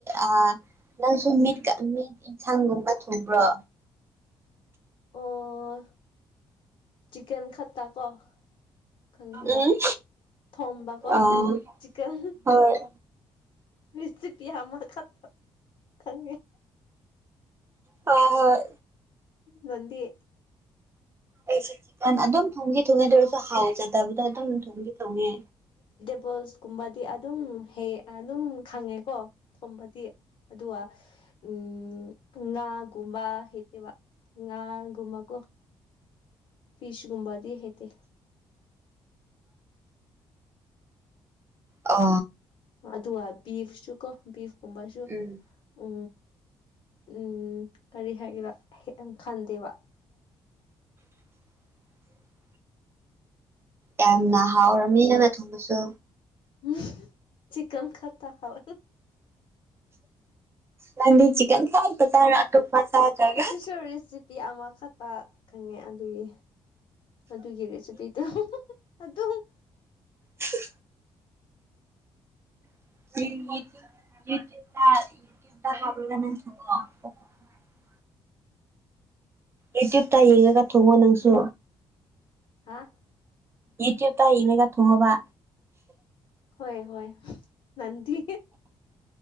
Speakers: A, on the right; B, on the left.
A: ꯑ ꯅꯪ ꯁꯃꯃꯤ ꯃꯤꯠ ꯏꯟꯁꯥꯡꯒꯨꯝꯕ ꯊꯨꯝꯕ꯭ꯔꯣ
B: ꯑꯣ ꯆꯤꯛꯀꯟ ꯈꯠꯇ ꯀꯣ ꯈꯪꯉꯕ
A: ꯎꯝ
B: ꯊꯣꯝꯕꯀꯣ
A: ꯑ ꯍꯣꯏ
B: ꯆꯤꯀꯜ
A: ꯍꯣꯏ
B: ꯂꯤꯁꯤ ꯄꯤ ꯃ ꯈꯠꯇꯪ
A: ꯑ ꯍꯣꯏ
B: ꯅꯟꯤꯦ
A: ꯑꯩꯁꯨ ꯆꯤꯛꯀꯟ ꯑꯗꯨꯝ ꯊꯣꯡꯒꯤ ꯊꯣꯡꯉꯦ ꯑꯗꯨ ꯑꯣꯏꯔꯁꯨ ꯍꯥꯎꯖꯗꯕꯗ ꯑꯗꯨꯝ ꯊꯣꯡꯗꯤ ꯊꯣꯡꯉꯦ
B: ꯐꯕꯜꯁꯀꯨꯝꯕꯗꯤ ꯑꯗꯨꯝ ꯍ ꯑꯗꯨꯝ ꯈꯪꯉꯦꯀꯣ ꯊꯣꯝꯕꯗꯤ ꯑꯗꯨꯒ ꯎꯝ ꯉꯥꯒꯨꯝꯕ ꯋꯥ ꯉꯥꯡ ꯃꯒꯣ ꯐꯤꯁꯒꯨꯝꯕꯥꯗꯍꯇ
A: ꯑ
B: ꯑꯗꯨꯒ ꯕꯤꯐꯁꯨ ꯀꯣ ꯕꯤꯐ ꯀꯨꯝꯕꯁꯨ
A: ꯎꯝ
B: ꯎ ꯎꯝ ꯀꯔꯤ ꯍꯥꯏꯒꯦꯅꯣ ꯈꯟꯗꯦꯕ
A: <unintelligible> ꯌꯥꯝꯅ ꯍꯥꯎꯔꯃꯤ ꯅꯪꯅ ꯊꯣꯡꯕꯁꯨ
B: ꯎꯝ ꯆꯤꯛꯟ ꯈꯇꯥ ꯍꯕ
A: ꯅꯪꯗꯤ ꯆꯤꯛꯀꯟ ꯈꯛꯇ ꯆꯥꯔ ꯑꯇꯣꯞꯄ ꯆꯥꯗ꯭ꯔꯒ
B: ꯑꯇꯩꯁꯨ ꯔꯦꯁꯤꯄꯤ ꯑꯃꯛ ꯐꯠꯄ ꯈꯪꯉꯦ ꯑꯗꯨꯒꯤ ꯑꯗꯨꯒꯤ ꯔꯦꯁꯤꯄꯤꯗꯨꯣ ꯑꯗꯨ
A: ꯍ <unintelligible> ꯍꯥꯔ ꯊ ꯑꯦꯇꯨꯞ ꯇꯥꯏ ꯌꯦꯡꯒ ꯊꯉꯣ ꯅꯪꯁꯨ
B: ꯍꯥꯥ
A: ꯏꯠꯇ ꯇꯥꯏ ꯏꯅꯦꯒ ꯊꯣꯡꯉꯕꯥ
B: ꯍꯣꯏ ꯍꯣꯏ ꯅꯟꯗꯤ